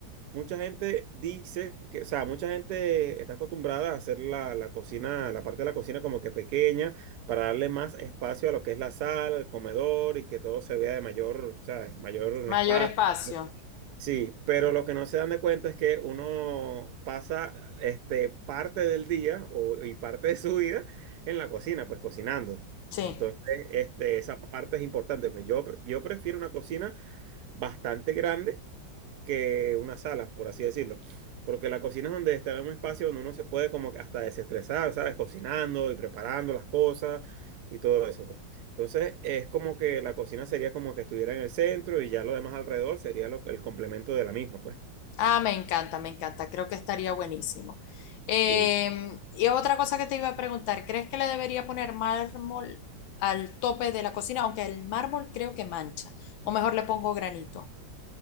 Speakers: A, on the right; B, on the left.
A: Mucha gente dice que, o sea, mucha gente está acostumbrada a hacer la, la cocina, la parte de la cocina como que pequeña para darle más espacio a lo que es la sala, el comedor y que todo se vea de mayor, ¿sabes? Mayor
B: mayor
A: espacio.
B: espacio,
A: Sí, pero lo que no se dan de cuenta es que uno pasa este, parte del día o, y parte de su vida en la cocina, pues cocinando.
B: sí.
A: Entonces, este, esa parte es importante. Pues yo, pre- yo prefiero una cocina bastante grande que una sala, por así decirlo. Porque la cocina es donde está en un espacio donde uno se puede como que hasta desestresar, ¿sabes? Cocinando y preparando las cosas y todo eso, pues. Entonces, es como que la cocina sería como que estuviera en el centro y ya lo demás alrededor sería lo- el complemento de la misma, pues.
B: Ah, me encanta, me encanta, creo que estaría buenísimo. Eh,
A: Sí.
B: y otra cosa que te iba a preguntar, ¿crees que le debería poner mármol al tope de la cocina? Aunque el mármol creo que mancha, o mejor le pongo granito.